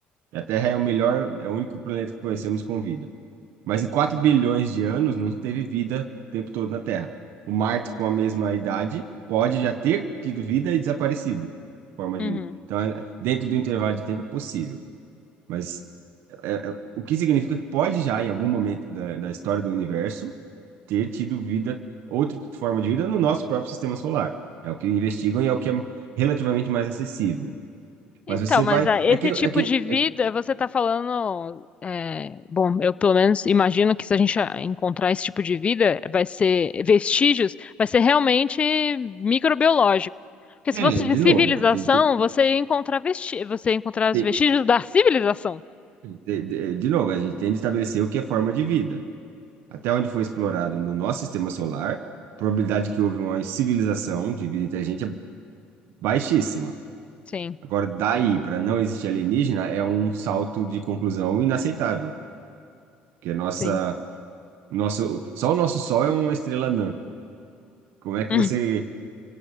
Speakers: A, on the right; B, on the left.
A: E a Terra é o melhor, é o único planeta que conhecemos com vida. Mas em 4 bilhões de anos não teve vida o tempo todo na Terra. O Marte, com a mesma idade, pode já ter tido vida e desaparecido, forma
B: uhum.
A: de vida. Então, é- dentro do intervalo de tempo é possível. Mas é, é, o que significa que pode já, em algum momento da, da história do universo, ter tido vida, outra forma de vida no nosso próprio sistema solar. É o que investigam e é o que é relativamente mais acessível. Mas
B: Então,
A: você
B: mas
A: vai.
B: ah, esse
A: É que, é
B: tipo
A: que,
B: de vida,
A: é,
B: você está falando, é, bom, eu pelo menos imagino que se a gente ah, encontrar esse tipo de vida, vai ser vestígios, vai ser realmente microbiológico. Porque
A: é,
B: se fosse
A: de
B: de civilização,
A: novo, tem, tem-
B: você ia encontrar vesti, você ia encontrar
A: tem-
B: os vestígios da civilização.
A: De, de, de novo, a gente tem de estabelecer o que é forma de vida. Até onde foi explorado no nosso sistema solar, a probabilidade que houve uma civilização de vida inteligente é baixíssima.
B: Sim,
A: Agora, daí para não existir alienígena é um salto de conclusão inaceitável, porque a nossa,
B: sim.
A: nosso, só o nosso Sol é uma estrela anã. Como é que
B: <laughs>
A: você,